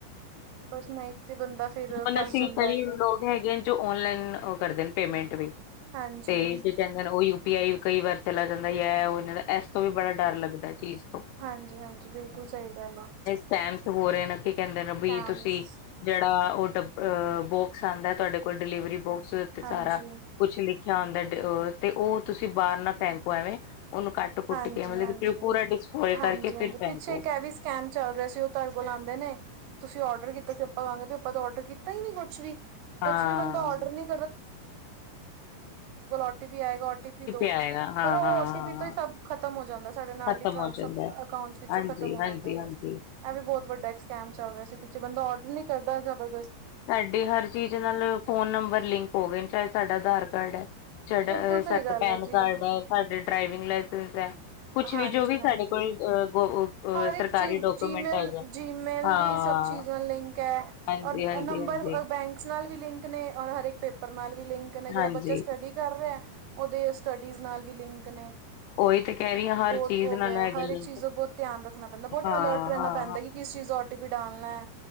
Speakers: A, on the right; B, on the left.
A: ਬਸ ਨਹੀਂ ਤੇ ਬੰਦਾ ਫੇਰ
B: ਹੁਣ
A: ਫਸ
B: ਅਸੀਂ
A: ਜਾਂਦਾ
B: ਕਈ
A: ਇੱਕ
B: ਲੋਕ ਹੈਗੇ ਨੇ ਜੋ ਓਨਲਾਈਨ ਕਰਦੇ ਨੇ ਪੇਮੈਂਟ ਵੀ
A: ਹਾਂਜੀ
B: ਤੇ ਕਹਿੰਦੇ ਉਹ ਯੂ ਪੀ ਆਈ ਕਈ ਵਾਰ ਚਲਾ ਜਾਂਦਾ ਹੈ ਉਹ ਜਾਂਦਾ ਇਸ ਤੋਂ ਵੀ ਬੜਾ ਡਰ ਲੱਗਦਾ ਚੀਜ਼ ਤੋਂ
A: ਹਾਂਜੀ ਹਾਂਜੀ ਬਿਲਕੁਲ ਸਹੀ ਗੱਲ ਆ।
B: ਸਹਿਮਸ ਹੋ ਰਹੇ ਨੇ ਕੀ ਕਹਿੰਦੇ ਨੇ ਵੀ
A: ਕੈਮਸ
B: ਤੁਸੀਂ ਜਿਹੜਾ ਉਹ ਬੋਕਸ ਆਉਂਦਾ ਤੁਹਾਡੇ ਕੋਲ ਡਿਲੀਵਰੀ ਬੋਕਸ ਉਤੇ ਸਾਰਾ
A: ਹਾਂਜੀ
B: ਕੁਛ ਲਿਖ ਚਾਨਡ ਤੇ ਉਹ ਤੁਸੀਂ ਬਾਹਰ ਨਾਲ ਫੈਂਕੂ ਐਵੇਂ ਉਹਨੂੰ ਕੁੱਟ
A: ਹਾਂਜੀ
B: ਕੇ ਮਤਲਬ
A: ਹਾਂਜੀ
B: ਕਿ ਫਿਰ ਪੂਰਾ ਡਿਸਟ੍ਰੋਏ
A: ਹਾਂਜੀ
B: ਕਰਕੇ
A: ਹਾਂਜੀ
B: ਫਿਰ ਫੈਂਕੋ
A: ਪਿੱਛੇ ਇੱਕ ਇਹ ਵੀ ਸਕੈਮ ਚੱਲ ਰਿਹਾ ਸੀ ਉਹ ਤੁਡ ਕੋਲ ਆਉਂਦੇ ਨੇ। ਤੁਸੀਂ ਔਡਰ ਕੀਤਾ ਸੀ ਆਪਾਂ ਕਹਾਂਗੇ ਵੀ ਆਪਾਂ ਤਾਂ ਡਰ ਕੀਤਾ ਹੀ ਨੀ ਕੁੱਛ ਵੀ
B: ਹਾਂ
A: ਕੁਛ ਵੀ ਬੰਦਾ ਔਡਰ ਨੀ <inaudible> ਓ ਟੀ ਪੀ ਆਏਗਾ ਓ ਟੀ ਪੀ ਦੋ
B: ਆਏਗਾ ਹਾਂ
A: ਪਰ ਉਹ
B: ਹਾਂ
A: ਓ ਟੀ ਪੀ ਤੋਂ
B: ਹਾਂ
A: ਹੀ ਸਭ ਖਤਮ ਹੋ ਜਾਂਦਾ ਸਾਡੇ ਨਾਲ
B: ਖਤਮ
A: ਹੀ ਟਾਂ
B: ਹੋ
A: ਅਟਸ
B: ਜਾਂਦਾ
A: ਵਿਚੋਂ
B: ਹਾਂਜੀ
A: ਖਤਮ ਹੋ
B: ਹਾਂਜੀ
A: ਜਾਂਦੇ।
B: ਹਾਂਜੀ
A: ਇਹ ਵੀ ਬਹੁਤ ਵੱਡਾ ਇੱਕ ਸਕੈਮ ਚੱਲ ਰਿਹਾ ਸੀ ਪ ਬੰਦਾ ਰਡਰ ਨੀ ਕਰਦਾ ਜਬਰਦਸਤ
B: ਸਾਡੀ ਹਰ ਚੀਜ਼ ਨਾਲ ਫੋਨ ਨੰਬਰ ਲਿੰਕ ਹੋ ਗਏ ਚਾਹੇ ਸਾਡਾ ਆਧਾਰ ਕਾਰਡ ਹੈ। ਸਾਡਾ
A: ਬਿਲਕੁਲ ਸਹੀ
B: ਸਾਡਾ
A: ਗੱਲ
B: ਪੈਨ
A: ਹੈ ਜੀ
B: ਕਾਰਡ ਆ ਸਾਡੇ ਡਰਾਈਵਿੰਗ ਲਾਇਸੈਂਸ ਆ। ਕੁਛ
A: ਹਾਂਜੀ
B: ਵੀ ਜੋ ਵੀ
A: ਹਾਂਜੀ
B: ਸਾਡੇ ਕੋਲ
A: ਹਰ ਇੱਕ
B: ਸਰਕਾਰੀ
A: ਚੀਜ਼
B: ਡਾਕੂਮੈਂਟ
A: ਜੀਮੇਲ
B: ਹੈਗੇ
A: ਜੀਮੇਲ
B: ਹਾਂ।
A: ਵੀ ਸਭ ਚੀਜ਼ ਨਾਲ ਲਿੰਕ ਹੈ
B: ਹਾਂਜੀ
A: ਔਰ
B: ਹਾਂਜੀ
A: ਨੰਬਰ
B: ਹਾਂਜੀ
A: ਬੈਂਕਸ ਨਾਲ ਵੀ ਲਿੰਕ ਨੇ ਔਰ ਹਰੇਕ ਪੇਪਰ ਨਾਲ ਵੀ ਲਿੰਕ ਨੇ ਜਿਹੜਾ
B: ਹਾਂਜੀ
A: ਬੱਚਾ ਸਟੱਡੀ ਕਰ ਰਿਹਾ ਆ, ਉਹਦੇ ਸਟੱਡੀਜ਼ ਨਾਲ ਵੀ ਲਿੰਕ ਨੇ
B: ਉਹੀ ਤੇ ਕਹਿ ਰਹੀ ਹਾਂ
A: ਬਹੁਤ
B: ਹਰ ਚੀਜ਼
A: ਹੋ
B: ਨਾਲ
A: ਗਿਆ
B: ਹੈਗੇ
A: ਹਰ
B: ਲਿੰਕ
A: ਇੱਕ ਚੀਜ਼ ਦਾ ਬਹੁਤ ਧਿਆਨ ਰੱਖਣਾ ਪੈਂਦਾ, ਬਹੁਤ
B: ਹਾਂ
A: ਅਲਰਟ ਰਹਿਣਾ
B: ਹਾਂ
A: ਪੈਂਦਾ ਕਿ ਕਿਸ ਚੀਜ਼ ਦਾ ਵੀ ਡਾਲਣਾ ਐ।